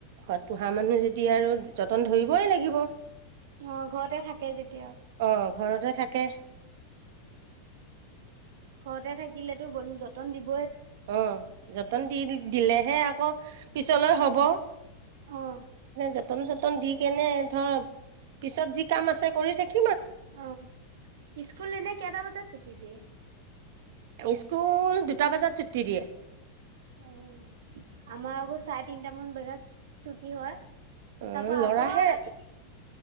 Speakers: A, on the right; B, on the right.
A: ঘৰত পোহা মানুহ যদি আৰু য'ত তন ধৰিবই লাগিব।
B: অ' ঘৰতে থাকে যেতিয়া।
A: অ ঘৰতে থাকে।
B: ঘৰতে থাকিলেতো যতন দিব
A: অ' যতন দি দিলেহে আকৌ পিছলৈ হব,
B: অ
A: যতন নতন দি কেনে ধৰ, পিছত যি কাম আছে কৰি থাকি
B: অ' স্কুল এনে কেটা বজাত ছুটি দিয়ে?
A: স্কুল দুটা বজাত ছুটি দিয়ে।
B: অ' আমাৰ আকৌ চাৰে তিনটামান বজাত ছুটি হয়। তাৰপা
A: অ ল'ৰাহে
B: আকৌ ৰাতি